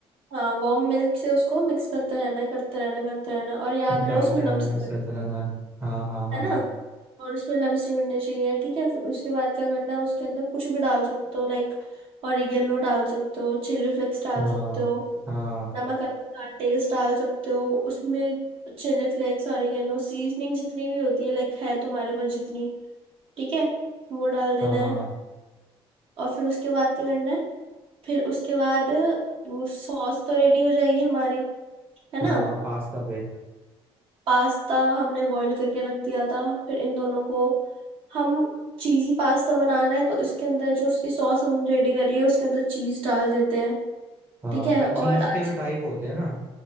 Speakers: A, on the right; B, on the right.
A: हाँ वार्म मिल्क से उसको मिक्स करते रहना है करते रहना है, करते रहना है। और याद रहे
B: डालते
A: उसमें
B: रहना
A: लम्स
B: मिक्स
A: है
B: करते रहना हाँ हाँ हाँ
A: ना और उसमें लम्स नहीं मिलने चाहिए ठीक है फिर उसके बाद क्या करना है उसके अंदर कुछ भी डाल सकते हो लाइक ऑरिगेनो डाल सकते हो चिली फ्लेक्स डाल
B: हाँ
A: सकते हो
B: हाँ
A: नमक अनुसार टेस्ट डाल सकते हो उसमें चिली फ्लेक्स ऑरिगेनो सीजनिंग जितनी भी होती है लाइक है तुम्हारे पास जितनी ठीक है वो डाल देना
B: हाँ हाँ
A: है और फिर उसके बाद क्या करना है फिर उसके बाद वो सॉस तो रेडी हो जाएगी हमारी है
B: हाँ
A: ना
B: हाँ, पास्ता पे
A: पास्ता हमने बॉईल करके रख दिया था फिर इन दोनों को हम चीज़ी पास्ता बनाना है तो इसके अंदर जो उसकी सॉस हमने रेडी करी है उसके अंदर चीज़ डाल देते हैं
B: हाँ
A: ठीक है
B: पर
A: और
B: चीज के
A: आज
B: भी टाइप होते हैं ना